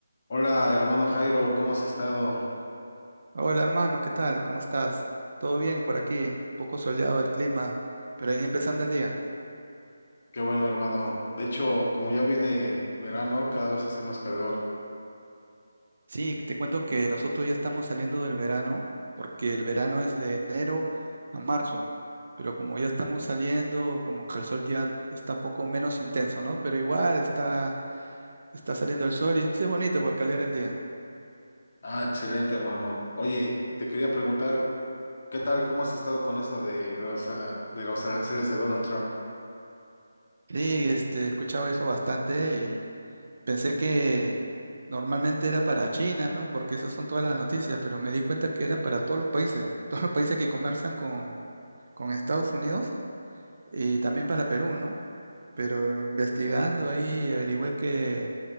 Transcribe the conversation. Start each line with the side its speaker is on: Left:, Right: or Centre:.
Left: Hola, hermano Jairo, ¿cómo has estado?
Right: Hola hermano, ¿qué tal? ¿Cómo estás? ¿Todo bien por aquí? Un poco soleado el clima, pero ahí empezando el día.
Left: Qué bueno, hermano. De hecho, como ya viene verano, cada vez hace más calor.
Right: Sí, te cuento que nosotros ya estamos saliendo del verano, porque el verano es de enero a marzo, pero como ya estamos saliendo, como que el sol ya está un poco menos intenso, ¿no? Pero igual está, está saliendo el sol y eso es bonito porque alegra el día.
Left: Ah, excelente, hermano. Oye, te quería preguntar, ¿qué tal? ¿Cómo has estado con esto de los, ah, de los aranceles de Donald Trump?
Right: Sí, este, he escuchado eso bastante y pensé que normalmente era para China, ¿no? Porque esas son todas las noticias, pero me di cuenta que era para todos los países, <laughs> todos los países que conversan con, con Estados Unidos y también para Perú, ¿no? Pero investigando ahí averigüé que,